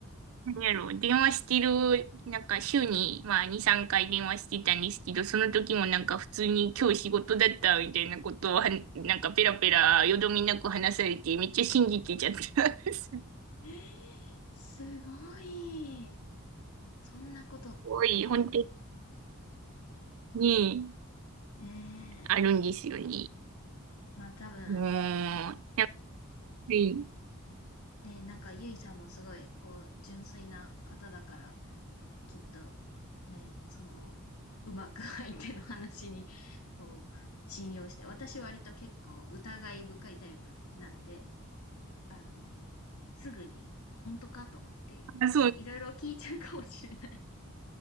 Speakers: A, on the right; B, on the left.
A: なんやろう、電話してる、なんか週に、まあ、2、3回電話してたんですけど、その時もなんか普通に今日仕事だったみたいなことをは、なんかペラペラ、よどみなく話されて、めっちゃ信じてちゃったんです。<laughs> す
B: えーすごい。そんなことって、
A: ごい、本当に、
B: ねえ。
A: あるんですよね。
B: まあ多分、
A: もう、やっぱり、
B: ね、なんか、ゆいさんもすごい、こう、純粋な方だから、きっと、ね、その、うまく <laughs> 相手の話に、こう、信用して、私割と結構疑い深いタイプなんで、あの、すぐに、本当かと思って、
A: あ、そう、
B: いろいろ聞いちゃうかもしれない。